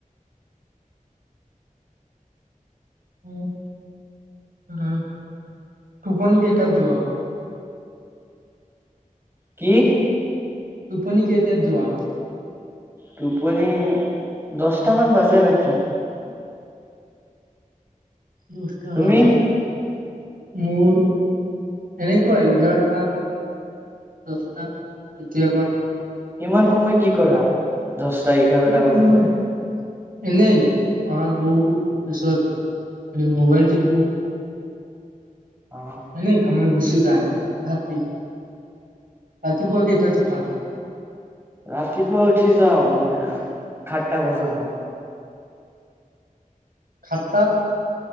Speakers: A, on the right; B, on the right.
A: উম, <unintelligible> টোপনি কেইটাত যোৱা?
B: কি?
A: টোপনি কেইটাত যোৱা?
B: টোপনি দছটা‌ মান বাজে ৰাতি।
A: দছটা
B: তুমি
A: বাজে। মোৰ এনেকুৱাই, ইঘাৰটা, দছটা কেতিয়াবা
B: ইমান সময় কি কৰা? দছটা, এঘাৰটা
A: সময়
B: বাজি যায়।
A: এনেই, পঢ়াত বহো, পিচত মোবাইল টিপো
B: অ
A: এনেই সময় গুচি যায় ৰাতি, ৰাতিপুৱা কেইটাত উঠা?
B: ৰাতিপুৱা উঠি যাওঁ, মানে সাতটা বজামান
A: সাতটাত